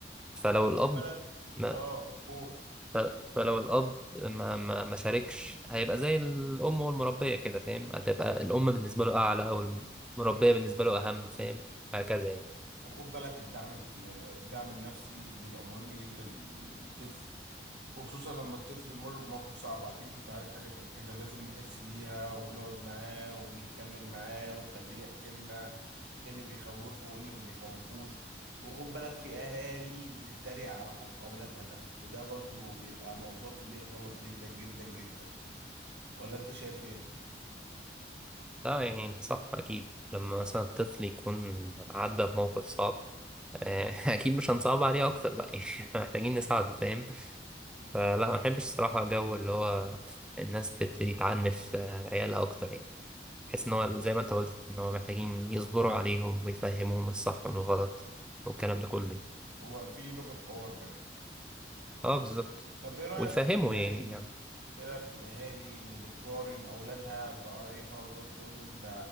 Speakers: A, in the centre; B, on the right.
A: فلو
B: خد
A: الأب
B: بالك
A: ما
B: اه قول
A: ف- فلو الأب ما ما ما شاركش هيبقى زي الأم والمربية كده فاهم؟ هتبقى الأم بالنسبة له أعلى أو المربية
B: امم
A: بالنسبة له أهم فاهم؟ هكذا يعني.
B: وخد بالك الدعم الف- الدعم النفسي بيبقى مهم جدا للطفل وخصوصا لما الطفل يمر بمواقف صعبة أكيد أنت عارف حاجة زي كده لازم نحس بيها ونقعد معاه ونتكلم معاه ونخليه يحكي لنا ايه اللي بيخوفه وايه اللي ما بيخوفوش وخد بالك في اهالي بتتريق على خوف اولادها ده وده برضو بيبقى موضوع كبير غلط جدا جدا جدا ولا انت شايف ايه
A: لا يعني انت صح أكيد لما مثلا الطفل يكون عدى بموقف صعب آه، <laughs> أكيد مش هنصعب عليه أكتر بقى يعني <laughs> محتاجين
B: آه.
A: نساعده فاهم فلا
B: لا.
A: ما بحبش الصراحة جو اللي هو الناس تبتدي تعنف آه، عيالها أكتر يعني بحس إن هو زي ما أنت قلت إن هو محتاجين يصبروا عليهم ويفهموهم الصح من الغلط والكلام ده كله
B: هو في لغة حوار بينهم
A: أه بالظبط
B: طب ايه رأيك
A: ويفهموا
B: في الاهالي
A: يعني يعني
B: ايه رأيك في الاهالي اللي بتقارن اولادها بقرايبها وتقعد تقول له انت